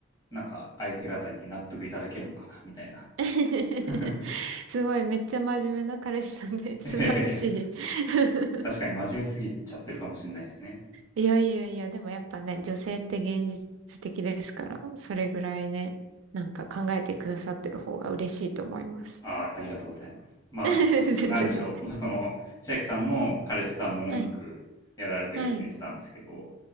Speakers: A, on the left; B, on the right.
A: なんか相手方に納得いただけるのかな、みたいな。
B: <laughs>
A: <laughs>
B: すごい、めっちゃ真面目な彼氏さんで、<laughs> 素晴らしい。
A: いやいやいや、
B: <laughs>
A: 確かに真面目すぎちゃってるかもしれないですね。
B: いやいやいや、でもやっぱね、女性って現実的ですから、それぐらいね、なんか考えてくださってる方が嬉しいと思います。
A: あ、ありがとうございます。まあ、
B: <laughs> 全然全然。
A: なんでしょう。まあ、その、千秋さんも彼氏さんも音楽やられてるって言ってたんですけど、
B: はい、はい、